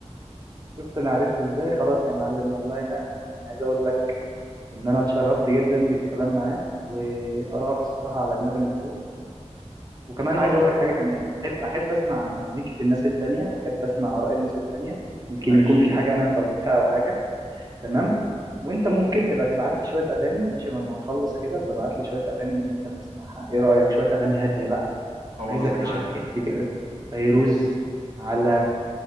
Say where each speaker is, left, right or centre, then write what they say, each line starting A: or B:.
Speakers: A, on the right; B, on the right.
A: شفت أنا عرفت إزاي خلاص يا معلم والله أنا يعني عايز أقول لك إن أنا اتشرفت جدا بالكلام معاك وآرائك الصراحة على دماغي من فوق وكمان
B: خلاص
A: عايز أقول لك حاجة كمان أنا أحب أحب أسمع مزيكة الناس التانية أحب أسمع آراء الناس التانية يمكن
B: اكيد
A: يكون في حاجة أنا مفوتها أو حاجة تمام وانت ممكن تبقى تبعت لي شويه اغاني ماشي لما نخلص كده ببعت لي شويه اغاني من اللي انت بتسمعها ايه رايك شويه اغاني هاديه بقى
B: خلاص
A: عايزك
B: تمام
A: تشكلي كده فيروز على